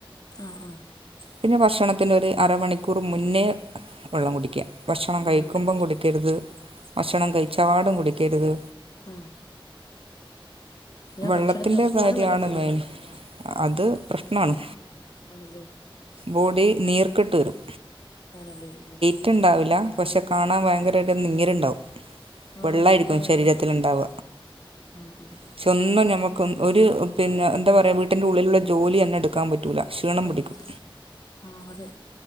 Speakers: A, on the left; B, on the right.
A: ആഹ് ആഹ്
B: പിന്നെ ഭക്ഷണത്തി് ന്ഒരു അരമണിക്കൂർ മുന്നേ വെള്ളം കുടിക്ക. ഭക്ഷണം കഴിക്കുമ്പം
A: വെള്ളം കുടിക്കണം
B: കുടിക്കരുത് ഭക്ഷണം കഴിച്ചപാടും കുടിക്കരുത്.
A: ഉം
B: വെള്ളത്തിന്റെ
A: ഭക്ഷണത്തിന്റെ ഒപ്പമാണ്
B: കാര്യാണ്
A: വെള്ളം കുടിക്കുന്നത്
B: മെയിൻ അത് പ്രശ്നാണ്.
A: ആണ്ല്ലേ?
B: ബോഡി നീർക്കെട്ട് വരും.
A: ആണ് ല്ലോ?
B: ട്ടുണ്ടാവില്ല പക്ഷെ കാണാൻ ഭയങ്കരാ യിട്ട് നീരുണ്ടാവും.
A: ആഹ്
B: വെള്ളായിരിക്കും
A: നല്ല വണ്ണാണ്
B: ശരീരത്തിലുണ്ടാവ.
A: ആഹ് ആഹ്
B: പക്ഷെ ഒന്നും നമുക്ക് ഒരു പിന്നെ എന്താ പറയാ വീട്ടിന്റെ ഉള്ളിലുള്ള ജോലി തന്നെ എടുക്കാൻ പറ്റൂല. ക്ഷീണം
A: പറ്റത്തില്ല
B: പിടിക്കും.
A: ആഹ് അതെ